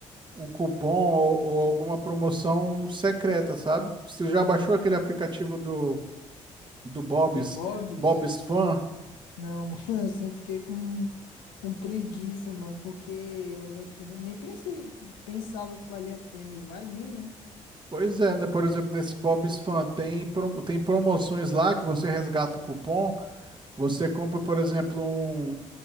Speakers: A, on the right (about 30°); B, on the left (about 80°).
A: um cupom ou, ou alguma promoção secreta, sabe? Você
B: Hum,
A: já baixou aquele aplicativo do, do Bob's,
B: Do Bob's?
A: Bob's Fan?
B: Não, <laughs> mano, eu sempre fiquei com, com preguiça, mano, porque eu nem, nem pensei, pensava que valia a pena, e vale mesmo, é?
A: Pois é, né? Por exemplo, nesse Bob's Fan tem, pro- tem promoções lá que você resgata o cupom. Você compra, por exemplo, um,